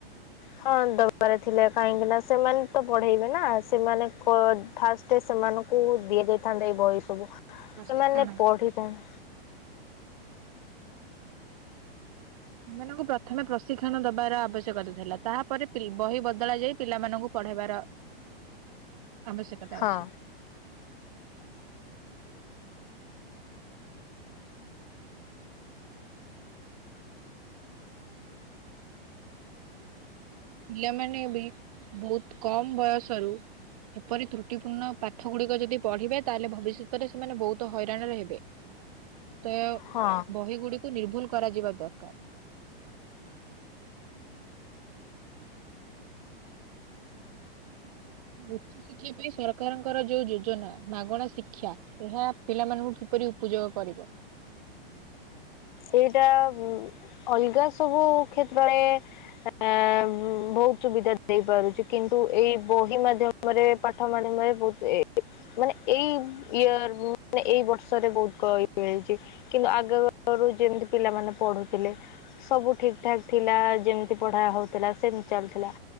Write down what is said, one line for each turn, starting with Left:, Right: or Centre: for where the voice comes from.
Left: ହଁ ଦବାରେ ଥିଲେ କାହିଁକିନା ସେମାନେ ତ ପଢେଇବେ ନା ସେମାନେ କ ଫାଷ୍ଟ ସେମାନଙ୍କୁ ଦିଆଯାଇଥାନ୍ତା ଏଇ ବହି ସବୁ
Right: ପ୍ରଶିକ୍ଷଣ
Left: ସେମାନେ ପଢ଼ିଥାନ୍।
Right: ସେମାନଙ୍କୁ ପ୍ରଥମେ ପ୍ରଶିକ୍ଷଣ ଦବାର ଆବଶ୍ୟକତା ଥିଲା ତାହାପରେ ପି ବହି ବଦଳା ଯାଇ ପିଲାମାନଙ୍କୁ ପଢେଇବାର ଆବଶ୍ୟକତା
Left: ହଁ
Right: ଅଛି। ପିଲାମାନେ ବି ବହୁତ କମ ବୟସରୁ ଏପରି ତ୍ରୁଟିପୂର୍ଣ୍ଣ ପାଠ ଗୁଡିକ ଯଦି ପଢିବେ ତାହେଲେ ଭବିଷ୍ୟତରେ ସେମାନେ ବହୁତ ହଇରାଣରେ ହେବେ। ତ
Left: ହଁ।
Right: ବହି ଗୁଡିକୁ ନିର୍ଭୁଲ କରାଯିବା ଦରକାର। ଉଚ୍ଚଶିକ୍ଷା ପାଇଁ ସରକାରଙ୍କର ଯୋଉ ଯୋଜନା ମାଗଣା ଶିକ୍ଷା ଏହା ପିଲାମାନଙ୍କୁ କିପରି ଉପଯୋଗ କରିବ।
Left: ଏଇଟା ଉଁ ଅଲଗା ସବୁ କ୍ଷେତ୍ରରେ ଆ ବହୁତ ସୁବିଧା ଦେଇପାରୁଛି କିନ୍ତୁ ଏଇ ବହି ମାଧ୍ୟମ ପରେ ପାଠ ମାଡି ମାଡି ବହୁତ ଏ ମାନେ ଏଇ ଇର ମାନେ ଏଇ ବର୍ଷରେ ବହୁତ <unintelligible> ଇଏ ହେଇଛି କିନ୍ତୁ ଆଗ ରୁ ଯେମତି ପିଲାମାନେ ପଢୁଥିଲେ। ସବୁ ଠିକଠାକ୍ ଥିଲା ଯେମିତି ପଢ଼ା ହେଉଥିଲା ସେମିତି ଚାଲୁଥିଲା।